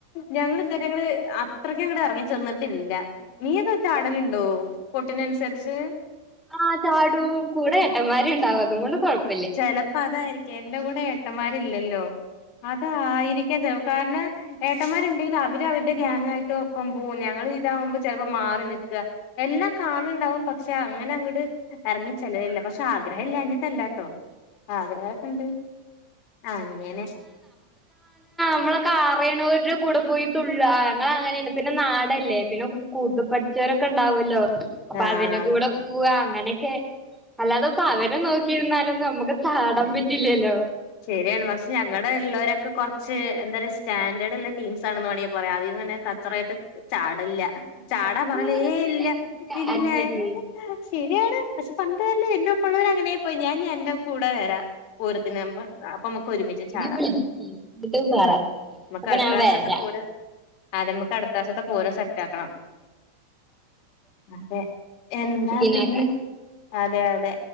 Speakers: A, on the left; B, in the centre.
A: ഞങ്ങള് ഇന്നലെ ങ്ങള്, അത്രയ്ക്കങ്ങട് എറങ്ങിചെന്നിട്ടില്ല. നീയൊക്കെ ചാടല്ണ്ടോ? കൊട്ടിനൻസരിച്?
B: ആഹ്, ചാടും. കൂടെ ഏട്ടന്മാർ ണ്ടാവും. അതും കൊണ്ട് കൊഴപ്പം
A: ചെലപ്പോ അതായിരിക്കും, എന്റെ കൂടെ ഏട്ടന്മാരില്ലല്ലോ!. അതായിരിക്കാം ചെലർക്. കാരണം, ഏട്ടന്മാര്ണ്ടേൽ, അവര് അവരുടെ ഗ്യാങ്ങായിട്ട് ഒപ്പം പോകും. ഞങ്ങൾ ഇതാവുമ്പോ ചെൽപ്പൊ, മാറി നിക്ക എല്ലാം കാണ് ണ്ടാവും. പക്ഷെ, അങ്ങനെ അങ്ങട് എറങ്ങി ചെല്ലലില്ല. പക്ഷെ, ആഗ്രഹം ഇല്ലഞ്ഞിട്ടല്ലാട്ടോ. ട്ടോ! ആഗ്രഹൊക്കെണ്ട്. അങ്ങനെ,
B: നമ്മൾക്കറീനോര്ടെ കൂടെ പോയി തുള്ളാ. ഞങ്ങൾ അങ്ങനേണ്. പിന്നെ, നാടല്ലേ? പിന്നെ കൂട് പഠിച്ചോരൊക്കെ ണ്ടാവൊല്ലോ!. അപ്പൊ
A: ആഹ്
B: അവര്ടെ കൂടെ പോവാ അങ്ങനെക്കെ, അല്ലാതെ ഇപ്പൊ അവരെ നോക്കിയിരുന്നാലൊന്നും മ്മക് ചാടാൻ പറ്റില്ലല്ലോ?
A: ശെരിയാണ്. പക്ഷെ, ഞങ്ങടെ ള്ളോരൊക്കെ കൊറച്ച്, എന്താ പറയ സ്റ്റാന്റേർഡ്ള്ള ടീംസാണെന്ന് വേണേൽ പറയാം. അതീന്നന്നെ ഇത്രായിട്ട് ചാടല്ല്യ. ചാടാ പറാല്,
B: പൂരത്തിന്
A: ഏയ് ഇല്ല.
B: എന്ത് സ്റ്റാൻഡേർഡ്
A: ഇല്ല, ഏയ് ആ ശരിയാണ് പ ക്ഷ പരന്നിട്ട് കാര്യലെയ് എന്റെറെ ഒപ്പള്ളർ അങ്ങനായി യി പോയി ഞാൻ ഇനിഅൻന്റെറെ കൂടെ വരാ പൂരത്തിനാമ്പോ അപ്പൊ മ്മക്ക് ഒരുമിച്ച് ചാടാ.
B: ഞാൻ വിളിക്ക് എന്നിട്ട് പറ
A: ഉം. മ്മക്ക്
B: അപ്പൊ
A: അടുത്ത
B: ഞാൻ
A: വർഷത്തെ
B: വരാ
A: പൂര അതെ, മ്മക്ക് അടുത്ത വർഷത്തെ പൂരം സെറ്റാക്കണം. അതെ, എന്താ
B: ക്ലീനാക്കാൻ
A: പിന്നെ? അതെ അതെ